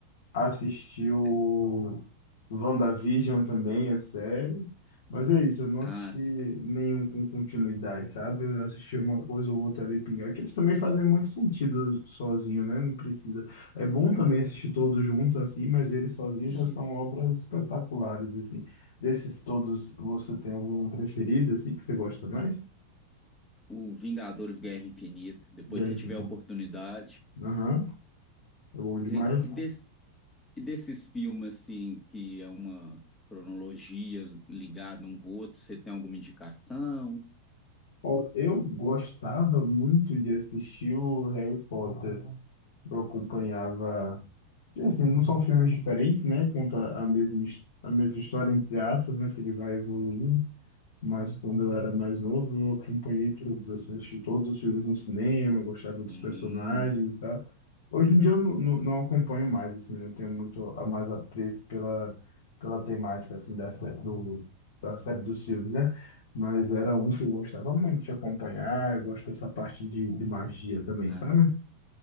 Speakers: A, on the left (about 55°); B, on the left (about 15°).
A: assistiu
B: É,
A: WandaVision também, a série. Mas é isso, eu não
B: Ah,
A: assisti nenhum com continuidade, sabe? Eu assisti uma coisa ou outra ali pingar, que eles também fazem muito sentido sozinho, né? Não precisa. É bom também assistir todos juntos assim, mas eles sozinhos
B: e
A: já são obras espetaculares, assim. Desses todos, você tem algum preferido, assim, que você gosta mais?
B: o Vingadores Guerra Infinita. Depois,
A: Dave.
B: se tiver oportunidade.
A: Aham, é bom demais.
B: E, e desse- E desses filmes, assim, que é uma cronologia ligada um com o outro, você tem alguma indicação?
A: Ó, Eu gostava muito de assistir o Harry Potter. Eu acompanhava. e, Assim, não são filmes diferentes, né? Conta a mesma, his- a mesma história, entre aspas, né? Que ele vai evoluindo. Mas quando eu era mais novo, eu acompanhei todos, assim, assisti todos os filmes no cinema, gostava
B: Hum,
A: dos personagens e tal. Hoje em dia eu não, não não acompanho mais, assim, não tenho muito a mais apreço pela, pela temática, assim, dessa, do, da série dos filmes, né? Mas era um que eu gostava muito de acompanhar, eu gosto dessa parte de, de magia também,
B: ah,
A: sabe?
B: tá.